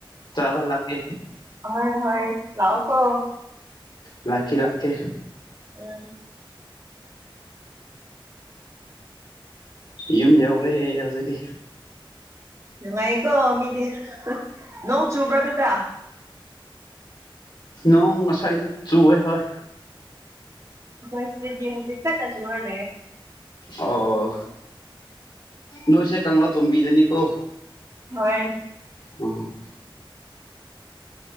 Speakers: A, on the left (about 60°); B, on the right (about 35°).
A: ꯆꯕꯜ ꯍꯥꯀꯦ
B: ꯍꯣꯏ ꯍꯣꯏ ꯂꯑꯣ ꯀꯣ
A: ꯉꯈꯥꯛ ꯀ
B: ꯎꯝ
A: ꯌꯨꯝ ꯌꯧꯔꯦ ꯍꯧꯖꯤꯛꯗꯤ
B: ꯅꯨꯡꯉꯥꯏꯀꯣ ꯃꯤꯗꯤ ꯅ ꯆꯨꯕ꯭ꯔꯗꯨꯗ
A: ꯅꯣꯡ ꯉꯁꯥꯏꯗꯨ ꯆꯨꯋꯦ ꯍꯣꯏ
B: ꯀꯣꯏꯁꯤꯤꯗꯤ ꯍꯨ ꯤꯀꯠ ꯅꯆ ꯋꯥꯅꯦ
A: ꯑꯣ ꯅꯣꯏꯁ ꯀꯪꯂꯥ ꯇꯣꯝꯕꯤꯖꯅꯤꯀꯣ
B: ꯍꯣꯏ
A: ꯑꯣ <inaudible>